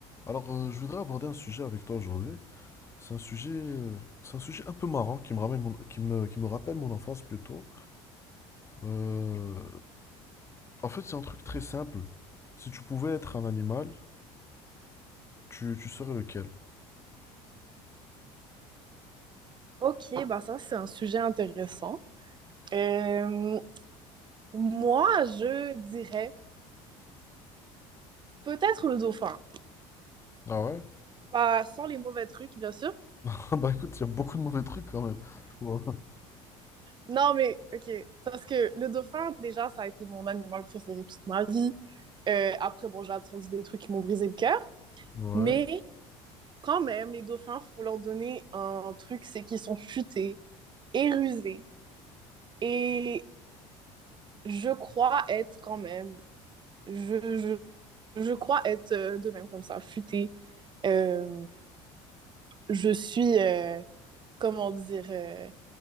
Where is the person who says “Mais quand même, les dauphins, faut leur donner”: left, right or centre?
Right